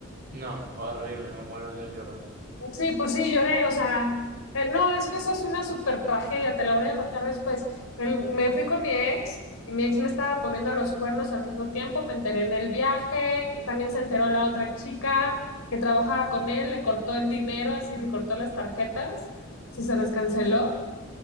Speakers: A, on the right (about 45°); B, on the left (about 85°).
A: No, horrible, me muero, yo lloro.
B: Sí, pues sí, lloré, o sea, eh, no, es que eso es una super tragedia, te la voy a contar después. Me, me fui con mi ex y mi ex me estaba poniendo los cuernos al mismo tiempo, me enteré en el viaje, también se enteró la otra chica que trabajaba con él, le cortó el dinero, así le cortó las tarjetas, o sea, se las canceló.